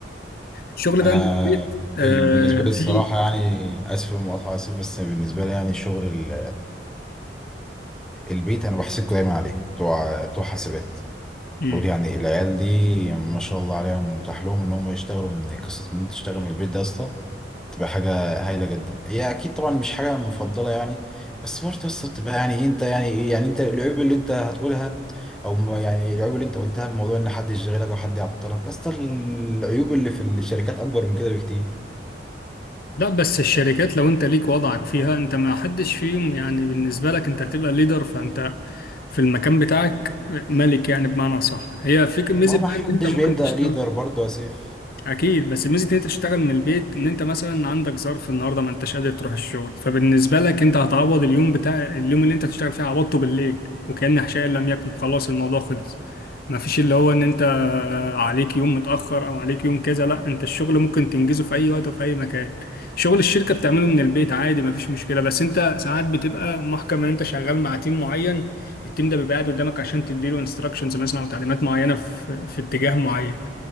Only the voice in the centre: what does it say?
انا
ال- بالنسبه لي
الصراحه يعني اسف في المقاطعه اسف بس بالنسبه لي يعني الشغل البيت انا بحسدكوا دايما عليه بتوع بتوع حاسبات
بقول يعني العيال دي ما شاء الله عليهم متاح لهم ان هم يشتغلوا من قصه ان انت تشتغل من البيت ده يا اسطى تبقى حاجه هايله جدا هي اكيد طبعا مش حاجه مفضله يعني بس برضه يا اسطى بتبقى يعني إيه، انت يعني ايه يعني انت العيوب اللي انت هتقولها او ما يعني العيوب اللي انت قلتها بموضوع ان حد يشغلك او حد يعطلك يا اسطى العيوب اللي في الشركات اكبر من كده بكتير
ما هو ما
حدش
بيبدا
ليدر برضه يا سيف